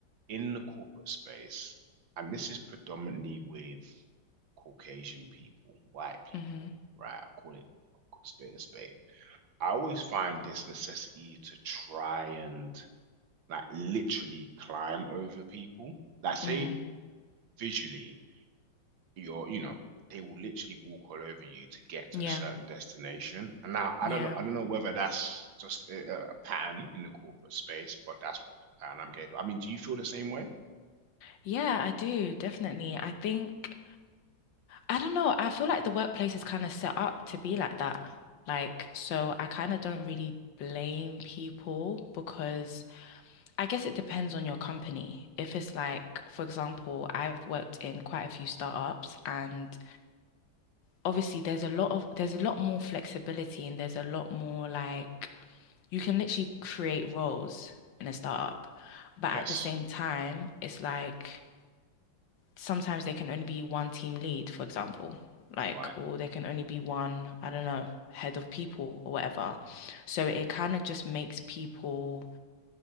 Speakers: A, on the right; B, on the left.
A: in the corporate space, and this is predominantly with Caucasian people, white people,
B: Mm-hmm.
A: right? I'll call it a spade a spade. I always find this necessity to try and like literally climb over people. Like say
B: Mm.
A: visually, you're, you know, they will literally walk all over you to get to
B: Yeah.
A: a certain destination. And now I
B: Yeah.
A: don't know, I don't know whether that's just a, a pattern in the corporate space, but that's what the pattern I'm getting. I mean, do you feel the same way?
B: Yeah, I do, definitely. I think, I don't know, I feel like the workplace is kind of set up to be like that. Like, so I kind of don't really blame people because I guess it depends on your company. If it's like, for example, I've worked in quite a few startups and obviously there's a lot of, there's a lot more flexibility and there's a lot more like, you can literally create roles in a startup. But
A: Yes.
B: at the same time, it's like, sometimes there can only be one team lead, for example, like,
A: Right.
B: or there can only be one, I don't know, head of people or whatever. So it kind of just makes people